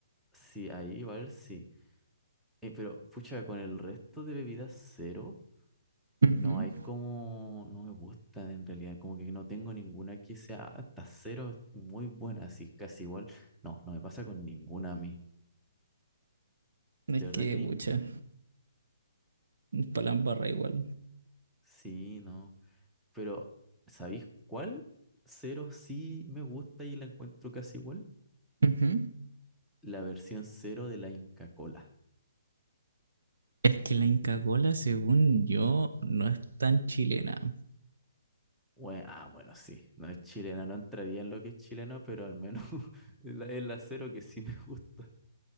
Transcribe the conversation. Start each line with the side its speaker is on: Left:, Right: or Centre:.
Centre: Sí, ahí igual sí. Eh, pero, pucha, con el resto de bebidas cero,
Right: Ujú.
Centre: no hay como, no me gustan en realidad, como que no tengo ninguna que sea hasta cero, es muy buena, así casi igual. No, no me pasa con ninguna a mí,
Right: Es
Centre: de verdad
Right: que,
Centre: que ninguna.
Right: pucha, palambarra igual.
Centre: Sí, no. Pero, ¿sabéis cuál? Cero sí me gusta y la encuentro casi igual.
Right: Ujú.
Centre: La versión cero de la Inca Cola.
Right: Es que la Inca Kola, según yo, no es tan chilena.
Centre: Bue- ah, bueno, sí, no es chilena, no entraría en lo que es chileno, pero al menos <laughs> es la, es la cero que sí me <laughs> gusta.